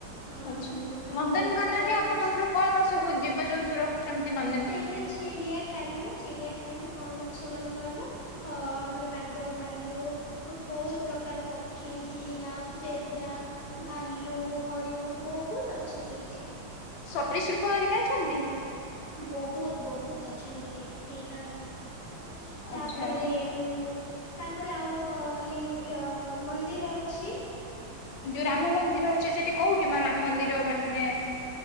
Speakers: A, on the left (about 20°); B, on the left (about 75°).
A: ଆଉ
B: ଆଛା ନନ୍ଦନକାନ
A: କଣ ଆଉ କଣ
B: ରେ ଆପଣମାନଙ୍କର
A: ଅଛି
B: କଣ ସବୁ ଜୀବଜନ୍ତୁ ରଖୁଛନ୍ତି ନ
A: ସେଇଟା ଚିଡିଆଖାନା ଚିଡିଆଖାନା କଣ ଅଛି ମାନେ କହିଲ? ଅ ଆମର ଭାଙ୍ଗ ଭାଲୁ। ବହୁତ୍ ପ୍ରକାର ପକ୍ଷୀ ଜିରାଫ୍ ଜେବ୍ରା। ଭାଲୁ ହରିଣ ବହୁତ୍ ଅଛି ସେଇ
B: ସରୀ ଶ୍ରୁପ ହରିକା ଅଛନ୍ତି?
A: ବହୁତ୍ ବହୁତ୍ ଅଛନ୍ତି ଅ ଅଲ୍ଗା ଅଲ୍ଗା
B: ଆଚ୍ଛା।
A: ତାପରେ। ଉଁ ତାପରେ ଆଉ କ ଲିଙ୍ଗ୍ ଅ ମନ୍ଦିର ଅଛି।
B: ଯୋଉ ରାମ
A: ଅ
B: ମନ୍ଦିର ଅଛି ସେଠି କୋଉଠି ମା ରାମ ମନ୍ଦିର ମାନେ।